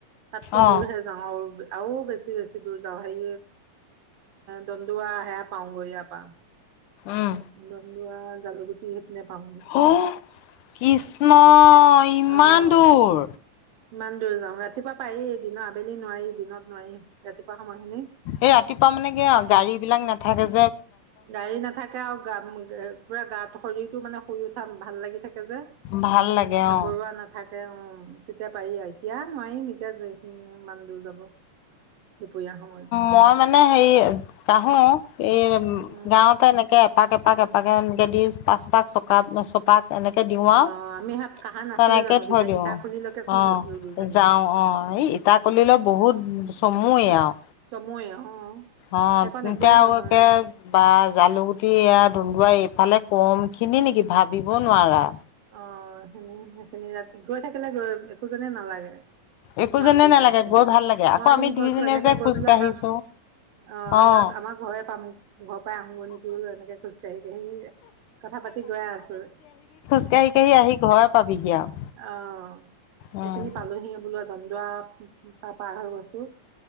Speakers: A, on the right; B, on the left.
A: তাতকৈ
B: অ
A: দূৰ হে যাওঁ। আৰু বেছি-বেছি দূৰ যাওঁ সেই দণ্ডুৱা হেয়া পাওঁগৈ এয়াৰপা।
B: উম
A: দন্দুৱা, জালুকুটি সেইপিনে পাওঁগৈ
B: অ কৃষ্ণ ইমান
A: অহ,
B: দূৰ
A: ইমান দূৰ যাওঁ। ৰাতিপুৱা পাৰি দিনৰ আবেলি নোৱাৰি দিনত নোৱাৰি ৰাতিপুৱা, সময়খিনি
B: এই, ৰাতিপুৱা মানে কি গাড়ী বিলাক নেথাকে যে -
A: গাড়ী নাথাকে আৰু গাম গ্, পুৰা গাত শৰীৰটো মানে শুই উঠা ভাল লাগি, থাকে যে
B: ভাল লাগে
A: ভাগৰুৱা
B: অ
A: নাথাকে উম, তেতিয়া পাৰি আ, এতিয়া নোৱাৰিম এতিয়া যেখিন ইমান দূৰ যাব। দুপৰীয়া সময়ত
B: মই মানে হেৰি কাহো। এই
A: উম
B: গাঁৱতে এনেকে এপাক- এপাক এ, পাকে গেদি পাঁচপাক চপাক চপাত, এনেকৈ দিওঁ আৰু
A: অ' আমি সাত কাহা নাছিলে
B: তেনেকৈ
A: জানো
B: থৈ
A: তেতিয়া
B: দিওঁ
A: ইটাখুলিলৈকেচোন
B: অহ,
A: গৈছিলো দুজনীয়ে
B: যাওঁ অহ, এই ইটাকলিলৈ বহুত চমুৱেই আৰু,
A: চময়ে অ'
B: অ,
A: সেইকণ
B: তেতিয়া
A: একোৱেই
B: আৰু
A: নহয়
B: একে বা জালুগুটি এয়া দন্দুৱা এইফালে কম খিনি নেকি ভাবিব নোৱাৰা
A: অহ, সে -সেইখিনি ৰাতি গৈ থাকিলে গৈ একো যেনে নালাগে।
B: একো
A: ইমান
B: যেনে
A: দৰ
B: নালাগে
A: পাইচছোহি
B: গৈ ভাল লাগে আকৌ
A: মই এদিন
B: আমি দুইজনীয়ে
A: কৈছো এনেকে
B: যে
A: গৈ
B: খোজ
A: বোলে
B: কাঢ়িছো
A: আমাক অহ, আমাক
B: অ
A: আমাৰ ঘৰে পাম ঘৰ পৰাই আহোগৈ নেকি বোলো এনেকে খোজকাঢ়ি কথা পাতি গৈ আছো।
B: এতিয়া হিকেহি আহি ঘৰ পাবিহি আৰু
A: অ'
B: উম',
A: এইখিনি পালোহি বোলো দন্দুৱা পাৰ হৈ গৈছোঁ।